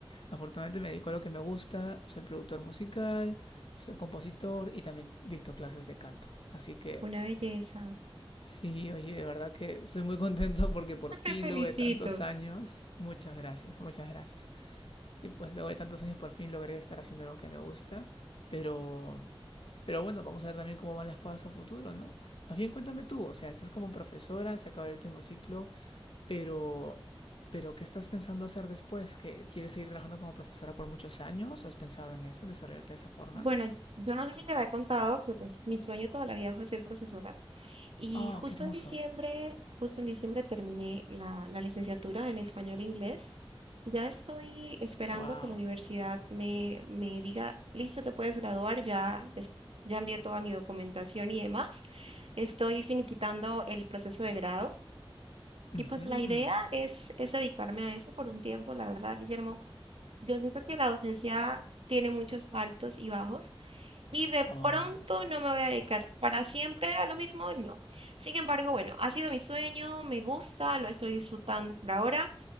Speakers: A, on the left; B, on the right.
A: Afortunadamente me dedico a lo que me gusta. Soy productor musical, soy compositor y también dicto clases de canto. Así que
B: una belleza.
A: sí, oye, de verdad que estoy muy contento porque
B: <laughs>
A: por fin,
B: Te felicito.
A: luego de tantos años, muchas gracias, muchas gracias. Sí, pues luego de tantos años por fin logré estar haciendo lo que me gusta. Pero, pero bueno, vamos a ver también cómo van las cosas a futuro, ¿no? Más bien cuéntame tú, o sea, estás como profesora, se acaba el último ciclo, pero, pero ¿qué estás pensando hacer después? ¿Que quieres seguir trabajando como profesora por muchos años? ¿Has pensado en eso, en desarrollarte de esa forma?
B: Bueno, yo no sé si te había contado que pues mi sueño toda la vida fue ser profesora y
A: Oh,
B: justo
A: qué hermoso.
B: en diciembre, justo en diciembre terminé la, la licenciatura en español e inglés Ya estoy esperando
A: Wow.
B: que la universidad me, me diga, listo, te puedes graduar, ya, es- ya envié toda mi documentación y demás. Estoy finiquitando el proceso de grado y
A: Ujú,
B: pues
A: ujú.
B: la idea es, es dedicarme a eso por un tiempo, la verdad, Guillermo. Yo siento que la docencia tiene muchos altos y bajos y de
A: Oh,
B: pronto no me voy a dedicar para siempre a lo mismo, no. Sin embargo, bueno, ha sido mi sueño, me gusta, lo estoy disfrutando por ahora.